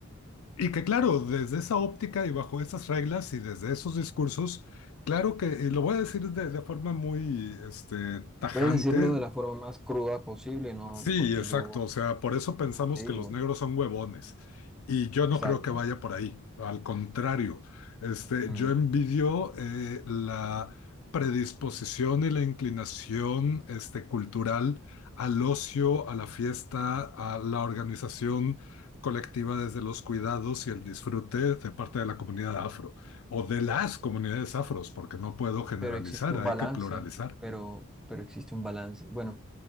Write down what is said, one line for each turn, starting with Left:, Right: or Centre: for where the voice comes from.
Left: y que claro, desde esa óptica y bajo esas reglas y desde esos discursos, claro que, y lo voy a decir de, de forma muy este, tajante,
Centre: Puedes decirlo de la forma más cruda posible, ¿no?
Left: Sí,
Centre: Porque
Left: exacto.
Centre: yo,
Left: O sea, por eso pensamos
Centre: como te digo,
Left: que los negros son huevones. Y yo
Centre: exacto.
Left: no creo que vaya por ahí. Al contrario, este,
Centre: ¿Mm?
Left: yo envidio eh, la predisposición y la inclinación este, cultural al ocio, a la fiesta, a la organización colectiva desde los cuidados y el disfrute de parte de la comunidad afro o de las comunidades afros, porque no puedo generalizar,
Centre: Pero existe un
Left: hay
Centre: balance,
Left: que pluralizar.
Centre: pero, pero existe un balance. Bueno,